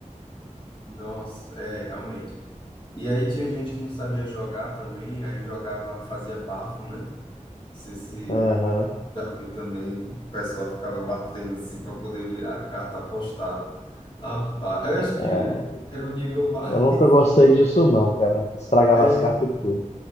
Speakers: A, on the left; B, on the left.
A: nossa, é, realmente. E aí tinha gente que não sabia jogar também, aí jogava, fazia bafo, né? Não sei se
B: Aham.
A: já viu também, o pessoal ficava batendo assim para poder virar a carta apostada. Rapaz, eu acho
B: É,
A: que era o nível mais.
B: eu nunca
A: <laughs>
B: gostei disso, não, cara. Estragava
A: É,
B: as cartas tudo.